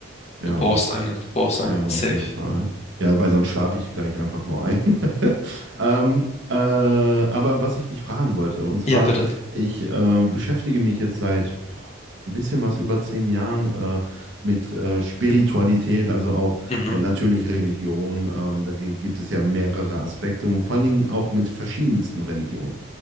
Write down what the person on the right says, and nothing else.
ja,
auf
Ja, auf
jeden Fall. Ja, weil sonst schlafe ich gleich einfach nur ein. <laughs> Ähm, äh, aber was ich dich fragen wollte, und zwar,
ich äh, beschäftige mich jetzt seit boah, ein bisschen was über zehn Jahren äh, mit äh, Spiritualität, also auch
äh, natürlich Religion. Ähm, da gi- gibt es ja mehrere Aspekte und vor allen Dingen auch mit verschiedensten Religionen